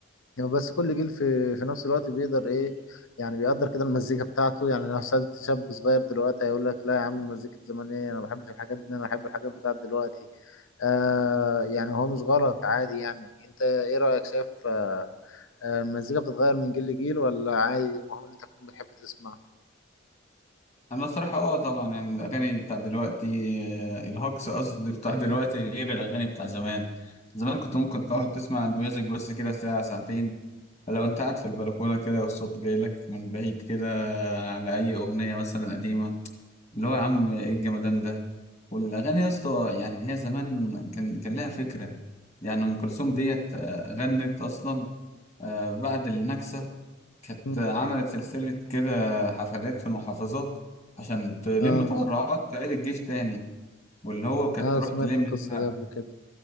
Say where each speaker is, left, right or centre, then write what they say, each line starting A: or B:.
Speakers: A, on the left; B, on the left.
A: يعني بس كل جيل في في نفس الوقت بيقدر ايه يعني بيقدر كده المزيكا بتاعته يعني لو سألت شاب صغير دلوقتي هيقول لك لا يا عم مزيكة زمان ايه انا ما بحبش الحاجات دي انا بحب الحاجات بتاعت دلوقتي آه يعني هو مش غلط عادي يعني انت ايه رأيك شايف آه آه، المزيكا بتتغير من جيل لجيل ولا عادي المهم ان انت تكون بتحب تسمع
B: انا الصراحه اه طبعا يعني الاغاني بتاع دلوقتي آه، الهوكس قصدي بتاع دلوقتي غير الاغاني بتاع زمان زمان كنت ممكن تقعد تسمع الميوزك بس كده ساعه ساعتين لو انت قاعد في البلكونه كده والصوت جاي لك من بعيد كده على اي اغنيه مثلا قديمه اللي هو يا عم ايه الجمدان ده والاغاني يا اسطى يعني هي زمان كان كان لها فكره يعني ام كلثوم ديت آه، غنت اصلا آه، بعد النكسه كانت
A: مم.
B: عملت سلسلة كده حفلات في المحافظات عشان تلم
A: اه
B: تبرعات تعيد الجيش تاني واللي هو كانت
A: اه
B: تروح
A: سمعت
B: تلم
A: القصة
B: بيها
A: دي قبل كده